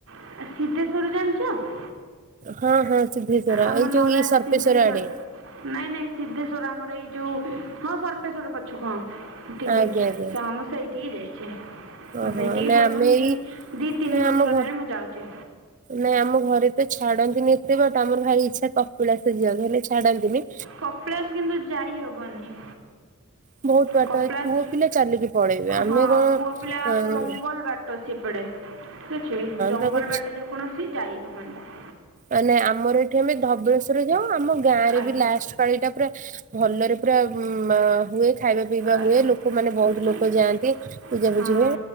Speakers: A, on the right; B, on the right.
A: ଆ ସିଦ୍ଧେଶ୍ୱର ଜାଣିଚ?
B: ହଁ ହଁ ସିଦ୍ଧେଶ୍ଵର
A: ଆମ
B: ଏଇ ଯୋଉ
A: ନରାଜ
B: ଇ ସର୍ପେଶ୍ୱର
A: ସିଦ୍ଧେଶ୍ୱର
B: ଆଡ଼େ।
A: ନାଇଁ ନାଇଁ ସିଦ୍ଧେଶ୍ଵର ଆମର ଏଇ ଯୋଉ ହଁ ସର୍ପେଶ୍ଵର ପଛୁକୁ ହଁ। ଠିକ୍ କହିଲ
B: ଆଜ୍ଞା ଆଜ୍ଞା
A: ତ ଆମେ ସେଇଠିକି ଯାଇଚେ। ମୁଁ
B: ଓହୋ
A: ସେଇଠିକି
B: ନା
A: ବୋଲ୍
B: ଆମେ
A: ବମ୍
B: ଏଇ
A: ଦି ଦି ତିନି
B: ନା
A: ବର୍ଷ
B: ଆମ
A: ହେଲାଣି
B: ଘ
A: ମୁଁ ଯାଉଚି।
B: ନାଇଁ ଆମ ଘରେ ତ ଛାଡ଼ନ୍ତିନି। ଏତେ ବାଟ ଆମର ଭାରି ଇଚ୍ଛା କପିଳାସ ଯିବା ପାଇଁ ହେଲେ ଛାଡ଼ନ୍ତିନି।
A: କପଳାସ କିନ୍ତୁ ଯାଇ ହବନି।
B: ବହୁତ ବାଟ
A: କପିଳାସ
B: ଏ ପୁଅ ପିଲା ଚାଲିକି ପଳେଇବେ ଆମେ
A: ହଁ
B: କଣ
A: ପୁଅ ପିଲା ଆଉ
B: ହଁ
A: ଜଙ୍ଗଲ୍ ବାଟ। ସେପଟେ ଠିକ୍ ଅଛି। ଜଙ୍ଗଲ
B: ତାପରେ
A: ବାଟ ଯେ କୌଣସି ଯାଇ ହବନି।
B: ଆ ନାଇଁ ଆମର ଏଠି ଆମେ ଧବଳେଶ୍ଵର ଯାଉ ଆମ ଗାଁରେ
A: ଆଜ୍ଞା
B: ବି ଲାଷ୍ଟ୍ ପାଳିଟା ପୁରା ଭଲରେ ପୁରା ମା ହୁଏ। ଖାଇବା ପିଇବା
A: ଆଜ୍ଞା
B: ହୁଏ। ଲୋକ ମାନେ ବୋହୁତ୍
A: ଆଜ୍ଞା
B: ଲୋକ ଯାଆନ୍ତି ପୂଜା
A: ହଁ
B: ପୂଜି ହୁଏ